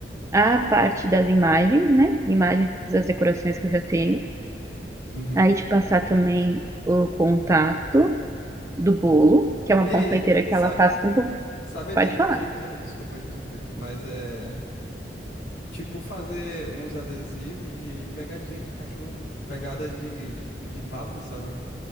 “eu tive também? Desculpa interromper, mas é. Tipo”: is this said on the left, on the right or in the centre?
Left